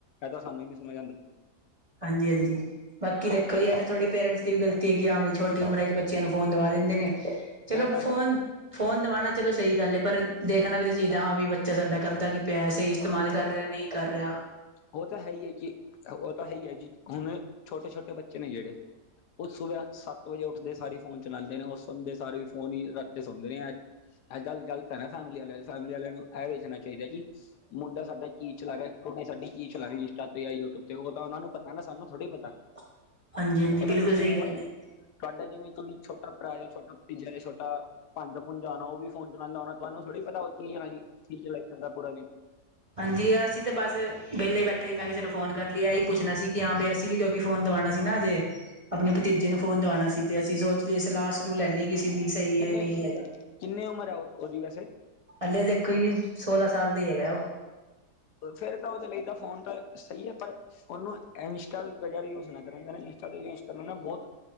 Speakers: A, on the left (about 80°); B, on the right (about 30°).
A: ਐ ਤਾਂ ਸਾਨੂੰ ਈ ਨੀ ਸਮਝ ਆਂਦੀ।
B: ਹਾਂਜੀ-ਹਾਂਜੀ। ਬਾਕੀ ਦੇਖੋ ਜੀ ਐ ਤੇ ਥੋੜੀ ਪੇਂਰਟਸ ਦੀ ਵੀ ਗਲਤੀ ਐਗੀ ਐ, ਆ ਵਈ ਛੋਟੀ ਉਮਰਾਂ ਚ ਬੱਚੇਆਂ ਨੂੰ ਫੋਨ ਦਵਾ ਦੇਂਦੇ ਨੇ ਚਲੋ
A: ਉਹ ਤਾਂ
B: ਫੋਨ ਫੋਨ ਦਵਾਣਾ ਚਲੋ ਸਈ ਗਾੱਲ ਏ, ਪਰ ਦੇਖਣਾ ਵੀ ਤੇ ਚਾਈਦੈ, ਹਾਂ ਵੀ ਬੱਚਾ ਸਾਡਾ ਕਰਦਾ ਕੀ ਪੇਐ ਸਈ ਤੇਮਾਲ ਕਾਰ ਰੇਐ, ਨਈ ਕਾਰ ਰੇਆ।
A: ਓ ਤਾ ਹੈ ਈ ਐ ਜੀ, ਓ ਤਾ ਹੈ ਈ ਐ ਜੀ, ਹੁਣ ਛੋਟੇ-ਛੋਟੇ ਬੱਚੇ ਨੇ ਜੇੜੇ ਓ ਸੁਬਾ ਸਾੱਤ ਵਜੇ ਉੱਠਦੇ ਸਾਰ ਈ ਫੋਨ ਚਲਾਂਦੇ ਨੇ ਔਰ ਸੌਂਦੇ ਸਾਰ ਵੀ ਫੋਨ ਈ ਰਾੱਖਕੇ ਸੌਂਦੇ ਨੇ ਐ ਐ ਗਾੱਲ ਗਲਤ ਐ ਨਾ ਫੈਮਲੀ ਆਲੇਆਂ ਦੀ, ਫੈਮਲੀ ਆਲੇਆਂ ਨੂੰ ਐ ਵੇਖਨਾ ਚਾਈਦੈ ਕਿ ਮੁੰਡਾ ਸਾਡਾ ਕੀ ਚਲਾ ਰੇਆ, ਕੁੜੀ ਸਾਡੀ ਕੀ ਚਲਾ ਰੀ ਇੰਸਟਾ ਤੇ ਯਾ ਯੂਟਿਊਬ ਤੇ, ਓ ਤਾਂ ਓਨਾ ਨੂੰ ਪਤੈ ਨਾ, ਸਾਨੂੰ ਥੋੜੀ ਪਤੈ।
B: <inaudible> ਹਾਂਜੀ
A: ਓ ਤਾਂ
B: ਬਿਲਕੁਲ
A: ਤੂਸੀ
B: ਸਹੀ
A: ਵੀ <unintelligible>
B: ਗੱਲ ਹੈ
A: ਤੂਆਡਾ ਜਿਵੇਂ ਕੋਈ ਛੋਟਾ ਭਰਾ ਏ, ਛੋਟਾ ਭਤੀਜਾ ਏ, ਛੋਟਾ ਭਾਨਜਾ-ਭੁਨਜਾ ਹੋਨੈ, ਓ ਵੀ ਫੋਨ ਚਲਾਂਦੈ ਹੋਣਾ, ਤੂਆਨੂੰ ਥੋੜੀ ਪਤੈ ਓ, <unintelligible> ਕੀ ਚਲਾਈ ਜਾਂਦੈ ਪੂਰਾ ਦਿਨ
B: ਹਾਂਜੀ ਅਸੀ ਤੇ ਬਾੱਸ, ਵੈਲੇ ਈ ਬੈਠੇ ਈ, ਮੈਂ ਕੇਆ ਚਲੋ ਫੋਨ ਕਾਰ ਲੀਏ, ਐਈ ਪੁਛਨਾ ਸੀ ਕਿ ਹਾਂ ਬੀ ਅਸ ਤੀ ਵੀ ਕਿਂਓਕੀ ਫੋਨ ਦਵਾਣਾ ਸੀ ਨਾ ਅਜੇ, ਅਪਨੇ ਭਤੀਜੇ ਨੂੰ ਫੋਨ ਦਵਾਣਾ ਸੀ ਤੇ ਅਸੀ ਸੋਚ ਜੇ ਸਲਾਅ-ਸਲੂ ਲੈਲੀਏ ਕਿਸੀ ਦੀ ਸਈ ਏ,
A: ਕਿੰਨੇ
B: ਨਈ ਹੈਗਾ।
A: ਕਿੰਨੇ ਉਮਰ ਹੈ ਉਹਦੀ ਵੈਸੇ
B: ਹਲੇ ਦੇਖੋ ਜੀ, ਸੋਲਾਂ ਸਾਲ ਦਾ ਈ ਹੈਗਾ ਓ।
A: ਫੇਰ ਤਾ ਓਦੇ ਲਈ ਤਾ ਫੋਨ ਤਾਂ ਸਈ ਐ ਪਰ ਓਨੂੰ ਏੰਸਟਾ ਵਗੈਰਾ ਯੂਜ਼ ਨਾ ਕਰਨ ਦੇਨਾ, ਇੰਸਟਾ ਤੇ ਯੂਜ਼ ਕਰੋ ਨਾ ਬੋਹਤ